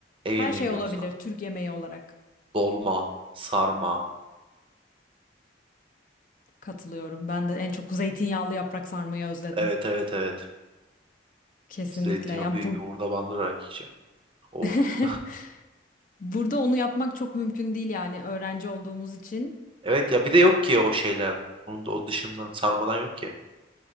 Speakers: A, on the right (about 30°); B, on the left (about 45°).
A: Ev yemeği
B: Her şey
A: mi
B: olabilir
A: yoksa?
B: Türk yemeği olarak.
A: Dolma, sarma.
B: Katılıyorum. Ben de en çok zeytinyağlı yaprak sarmayı özledim.
A: Evet evet evet.
B: Kesinlikle.
A: Zeytinyağı
B: Yani
A: bir yoğurda
B: bu
A: bandırarak yiyeceğim. Of.
B: <laughs>
A: <laughs>
B: burada onu yapmak çok mümkün değil yani öğrenci olduğumuz için.
A: Evet ya bir de yok ki o şeyden. Onun da o dışından sarmadan yok ki.